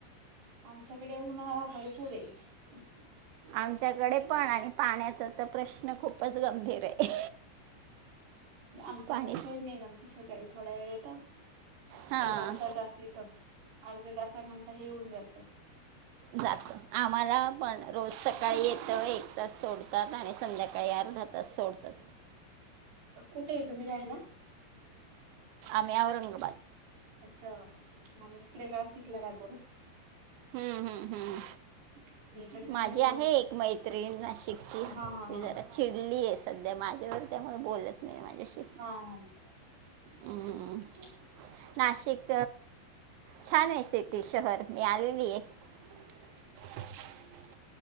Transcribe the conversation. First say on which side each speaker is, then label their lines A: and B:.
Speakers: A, on the right; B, on the right.
A: आमच्याकडे उन्हाळा भरपूर आहे
B: आमच्याकडे पण आणि पाण्याचा तर प्रश्न खूपच गंभीर आहे
A: आमचं
B: पाणी
A: पण सेम येईल आमचं स काळी थोडा वेळ येत
B: हां
A: एक अर्धा तास येतं अर्ध्या तासानंतर हेऊन जातं
B: जात आम्हाला पण रोज सकाळी येत एक सोडतात आणि संध्याकाळी अर्धातच सोडतात
A: कुठे आहे तुम्ही राहायला
B: आम्यावररंग
A: अच्छा आ इिकडे रसिकला राहतो ना
B: हम्म हम्म हम्म
A: <unintelligible>
B: माझी
A: भरपूर
B: आहे एक मैत्र्रीण नाशिकची
A: हा हा
B: ती
A: हा
B: जरा चिडली आहे सध्या माझ्यावर त्या बोलत नाही माझ्याशी
A: हां ह
B: हम्म. नाशिक छान आहे सिटी शहर मी आलेली <unintelligible>